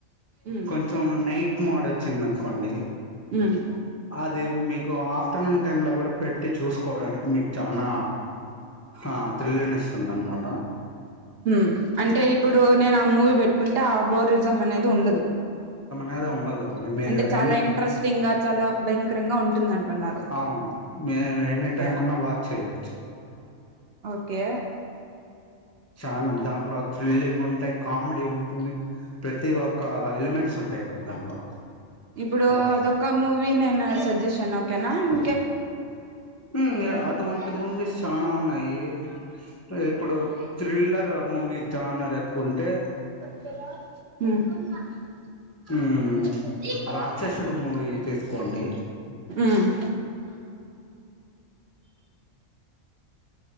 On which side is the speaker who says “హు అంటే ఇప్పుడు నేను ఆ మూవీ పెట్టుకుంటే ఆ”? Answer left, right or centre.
Right